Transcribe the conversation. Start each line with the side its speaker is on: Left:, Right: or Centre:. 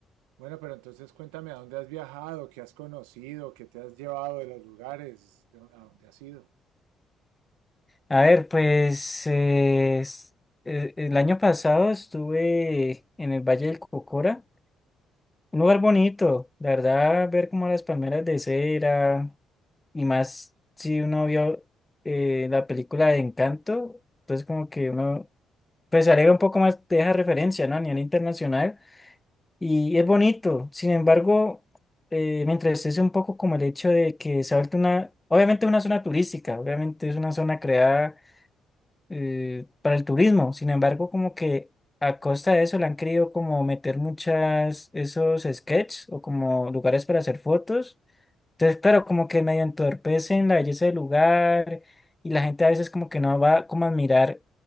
Right: Bueno, pero entonces cuéntame a dónde has viajado, qué has conocido, qué te has llevado de los lugares, de- a dónde has ido.
Left: A ver, pues eh, es- eh, el año pasado estuve en el Valle del Cocora, un lugar bonito, la verdad, ver como las palmeras de cera, Y más si uno vio eh, la película de Encanto, entonces como que uno pues se alegra un poco más de esa referencia, ¿no? A nivel internacional. Y es bonito. Sin embargo, eh, me entristece un poco como el hecho de que se ha vuelto una, obviamente es una zona turística, obviamente es una zona creada eh, para el turismo. Sin embargo, como que a costa de eso le han querido como meter muchas, esos sketches o como lugares para hacer fotos entonces, pero como que medio entorpecen la belleza del lugar y la gente a veces como que no va como a admirar